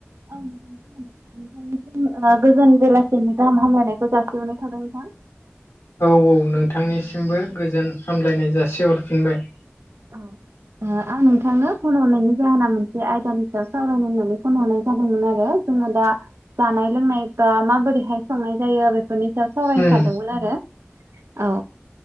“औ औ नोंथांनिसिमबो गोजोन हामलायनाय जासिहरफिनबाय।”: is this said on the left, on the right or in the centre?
Left